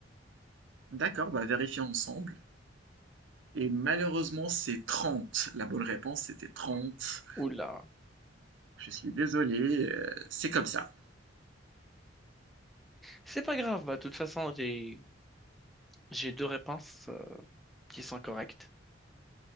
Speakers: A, on the right; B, in the centre.
A: D'accord, bah vérifier ensemble. Et malheureusement, c'est 30. La bonne réponse, c'était 30.
B: Oula.
A: Je suis désolé, euh, c'est comme ça.
B: C'est pas grave, bah de toute façon, j'ai j'ai deux réponses euh, qui sont correctes.